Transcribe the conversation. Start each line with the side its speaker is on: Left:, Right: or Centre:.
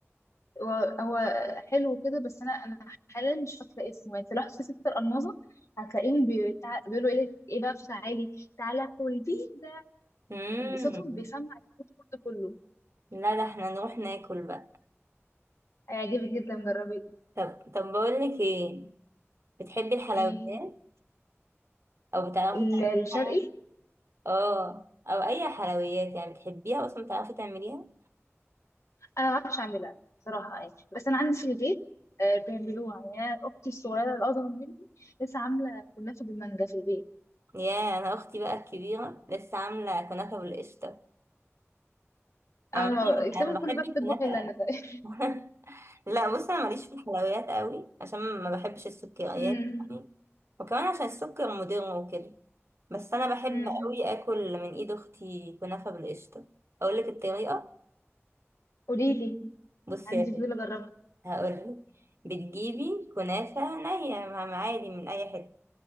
Left: هو هو حلو كده بس انا انا حاليا مش فاكره اسمه يعني لو في ستة الماظه هتلاقيهم بيتع... بيقولوا ايه لك- ايه بقى تعالي تعالى كل بيتزا
Right: امم
Left: صوتهم بيسمع الفود كورت كله
Right: لا ده احنا نروح ناكل بقى
Left: هيعجبك جدا جربي
Right: طب طب بقول لك ايه بتحبي الحلويات
Left: ايه
Right: او بتعرفي
Left: ال-
Right: تعملي
Left: الشرقي
Right: حاجه اه او اي حلويات يعني بتحبيها اصلا بتعرفي تعمليها
Left: انا ما بعرفش اعملها صراحه يعني بس انا عندي في البيت آه، بيعملوها يعني انا اختي الصغيره الاصغر مني لسه عامله كنافه بالمانجا في البيت
Right: يا انا اختي بقى الكبيره لسه عامله كنافه بالقشطه عامه
Left: انا الكلام
Right: انا بحب
Left: كله بقى
Right: الكنافه
Left: بتطبخ الا انا <laughs> تقريبا
Right: <laughs> لا بص انا ماليش في الحلويات قوي عشان ما بحبش السكريات
Left: امم
Right: يعني، وكمان عشان السكر مضر وكده بس انا بحب
Left: امم
Right: قوي اكل من ايد اختي كنافه بالقشطه اقول لك الطريقه
Left: قولي لي
Right: بصي
Left: عندي فضول اجربها
Right: هقولك بتجيبي كنافة نية مع- عادي من أي حتة